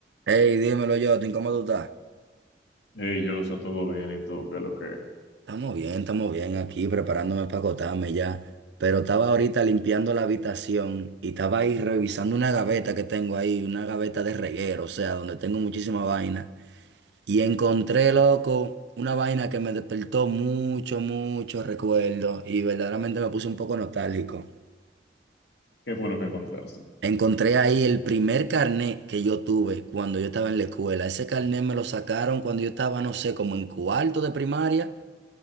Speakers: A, on the right (about 75°); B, on the left (about 75°).
A: Hey, dímelo, yo. ¿cómo tú estás?
B: Hey, yo, está todo bien y tú, ¿qué es lo que,
A: Estamos bien, estamos bien aquí preparándome para acotarme ya. Pero estaba ahorita limpiando la habitación y estaba ahí revisando una gaveta que tengo ahí, una gaveta de reguero, o sea, donde tengo muchísima vaina. Y encontré, loco, una vaina que me despertó mucho, mucho recuerdo y verdaderamente me puse un poco nostálgico.
B: qué fue lo que encontraste?
A: Encontré ahí el primer carnet que yo tuve cuando yo estaba en la escuela. Ese carnet me lo sacaron cuando yo estaba, no sé, como en cuarto de primaria.